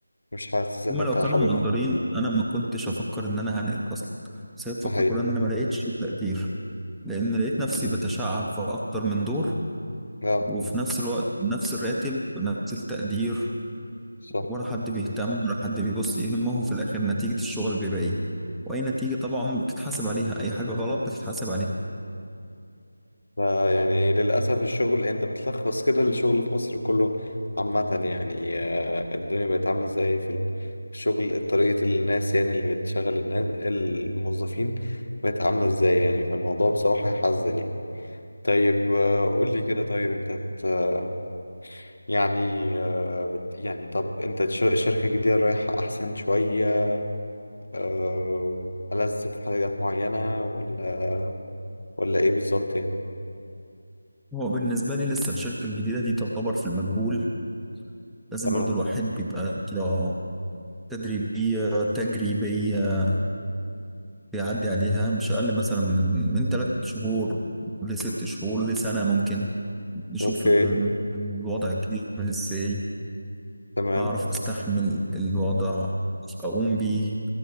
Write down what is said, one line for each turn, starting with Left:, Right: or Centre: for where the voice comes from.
Left: مش حاسس ان
Centre: هما
Left: انت
Centre: لو
Left: حاببها
Centre: كانوا مقدرين انا ما كنتش افكر ان انا هنقل اصلا بس هي الفكرة
Left: ده حقيقي
Centre: كلها ان انا ما لقيتش تقدير لان لقيت نفسي
Left: مم.
Centre: بتشعب في اكتر من دور
Left: اه
Centre: وفي نفس الوقت نفس الراتب ونفس التقدير
Left: صح
Centre: ولا حد بيهتم ولا حد بيبص يهمهم في الاخر نتيجة الشغل بيبقى ايه واي نتيجة طبعا بتتحاسب عليها اي حاجة غلط بتتحاسب عليها
Left: فيعني للأسف الشغل يعني أنت بتلخص كده الشغل في مصر كله عامة يعني آه، الدنيا بقت عاملة ازاي في ال- في الشغل طريقة الناس يعني اللي بتشغل الناس الموظفين بقت عاملة ازاي يعني فالموضوع بصراحة يحزن يعني طيب آه، قول لي كده طيب أنت ت- يعني آه، بت يعني طب أنت الش- الشركة الجديدة رايحة أحسن شوية آه، ألذ في حاجات معينة ولا ولا إيه بالظبط يعني؟
Centre: هو بالنسبة لي لسه الشركة الجديدة دي تعتبر في المجهول لازم
Left: اه
Centre: برضو الواحد بيبقى كده تدريبية تجريبية بيعدي عليها مش أقل مثلا من من تلات شهور لست شهور لسنة ممكن نشوف
Left: أوكي
Centre: ال- الوضع الجديد عامل ازاي
Left: تمام
Centre: هعرف استحمل الوضع اقوم بيه